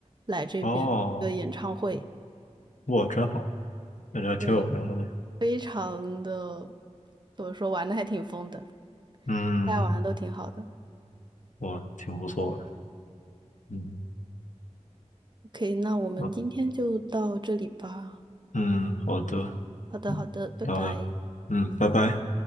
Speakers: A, on the right; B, on the left.
A: 来这边的一个演唱会，
B: 哦，哇，真好，感觉挺有名的呢，
A: 对，非常的，怎么说，玩的还挺疯的，
B: 嗯，
A: 大家玩的都挺好的。
B: 哇，挺不错的，嗯
A: OK，那我们今天就到这里吧。
B: 啊，嗯，好的，
A: 好的，
B: 嗯，
A: 好的，拜拜。
B: 聊聊，嗯，拜拜。